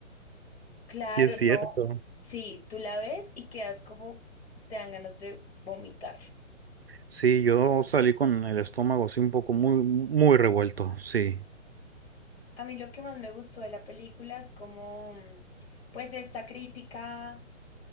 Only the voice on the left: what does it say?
Claro,
no.
Sí, tú la ves y quedas como, te dan ganas de vomitar.
A mí lo que más me gustó de la película es como, mm, pues esta crítica.